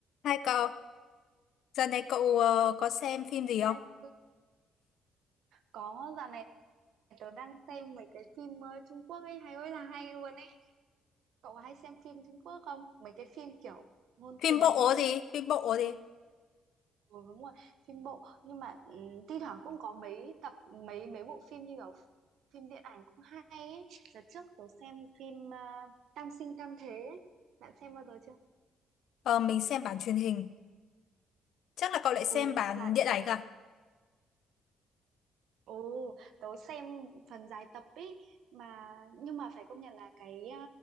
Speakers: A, on the left; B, on the right.
A: Hai cậu, giờ này cậu ờ, có xem phim gì không?
B: Hai Phương có dạo này tớ đang xem mấy cái phim ờ, Trung Quốc ấy hay ơi là hay luôn ấy cậu có hay xem phim Trung Quốc không mấy cái phim kiểu ngôn
A: Phim
B: tình
A: bộ
B: ấy
A: gì? Phim bộ gì?
B: ừ, đúng rồi phim bộ nhưng mà ừ, thi thoảng cũng có mấy tập mấy mấy bộ phim như kiểu phim điện ảnh cũng hay ấy đợt trước tớ xem phim ờ, Tam sinh tam thế ấy. bạn xem bao giờ chưa
A: Ờ, mình xem bản truyền hình. Chắc là cậu lại xem
B: ừ
A: bản
B: bạn
A: điện ảnh à?
B: Ừ, tớ xem phần dài tập ý mà nhưng mà phải công nhận là cái